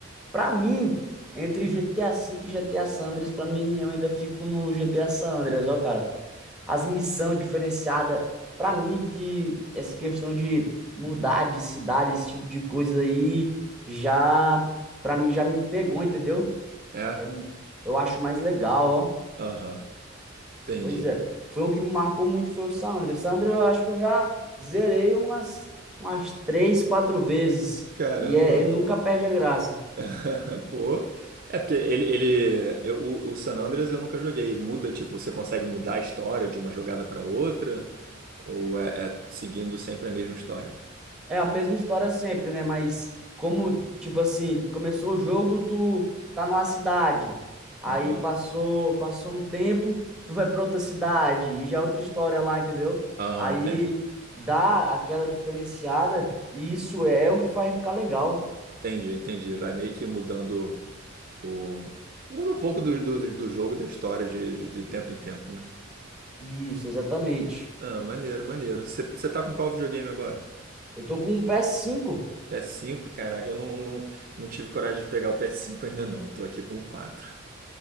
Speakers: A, in the centre; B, on the right.
A: pra mim, entre GTA V e GTA San Andreas, pra mim eu ainda fico no GTA San Andreas, ó, cara. as missão diferenciada. Para mim, que essa questão de mudar de cidade, esse tipo de coisa aí, já, para mim, já me pegou, entendeu?
B: é.
A: É, eu acho mais legal, ó.
B: Aham, entendi.
A: Pois é. Foi um que me marcou muito, foi o Sandro. Sandro, eu acho que eu já zerei umas, umas três, quatro vezes.
B: Caramba.
A: E é, eu nunca perde a graça.
B: <laughs> Pô. É porque ele, ele eu- o, o San Andreas eu nunca joguei. Muda, tipo, você consegue mudar a história de uma jogada pra outra? Ou é, é seguindo sempre a mesma história?
A: é a mesma história sempre, né? Mas como, tipo assim, começou o jogo, tu tá numa cidade. Aí
B: Aham.
A: passou, passou um tempo, tu vai pra outra cidade e já é outra história lá, entendeu?
B: Aham,
A: Aí
B: entendi.
A: dá aquela diferenciada e isso é o que faz ficar legal.
B: Entendi, entendi. Vai meio que mudando o. Muda um pouco do, do, do jogo, da história de, de, de tempo em tempo, né?
A: Isso, exatamente.
B: Ah, maneiro, maneiro. Você tá com qual videogame agora?
A: Eu tô com um ps cinco.
B: P PS5? Caraca, eu não, não, não tive coragem de pegar o ps cinco ainda não. Tô aqui com o 4.